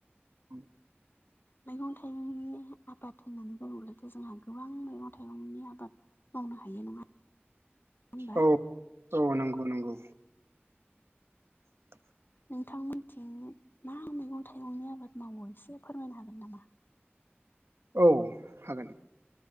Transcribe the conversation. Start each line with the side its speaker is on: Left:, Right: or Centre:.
Right: औ
Left: मैगं थाइगंनि आबाद होननानै बुङोब्लाथ' जोंहा गोबां मैगं थाइगंनि आबाद मावनो हायो नङा होनबा
Right: औ औ नंगौ नंगौ <unintelligible>
Left: नोंथां मोनथिं मा मैगं थाइगंनि आबाद मावो एसे फोरमायनो हागोन नामा?
Right: औ हागोन